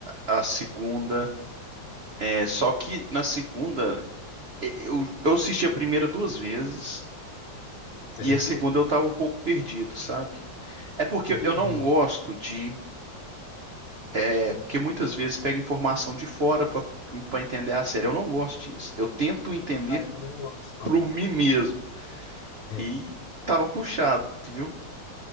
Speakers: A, on the right (about 75°); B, on the left (about 85°).
A: a- a segunda. É, só que na segunda, e- eu, eu assisti a primeira duas vezes
B: certo?
A: e a segunda eu tava um pouco perdido, sabe? É porque
B: Entendi.
A: eu não gosto de. É porque muitas vezes pega informação de fora pra pra entender a série. Eu não gosto disso. Eu tento entender
B: Ah, eu também não gosto, não.
A: por mim mesmo.
B: É,
A: e tava puxado, tu viu?